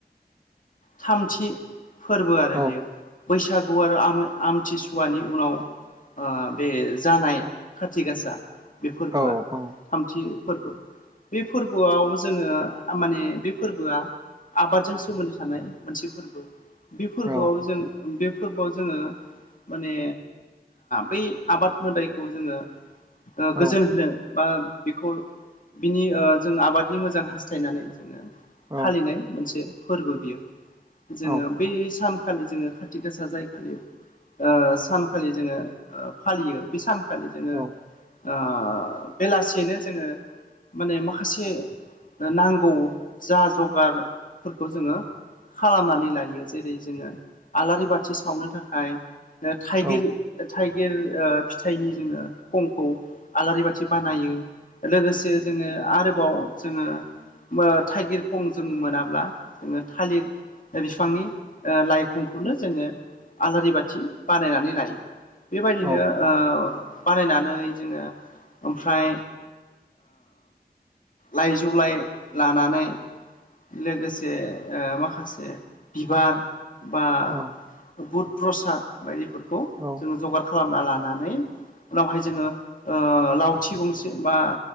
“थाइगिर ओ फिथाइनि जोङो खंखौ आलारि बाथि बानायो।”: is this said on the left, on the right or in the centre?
Left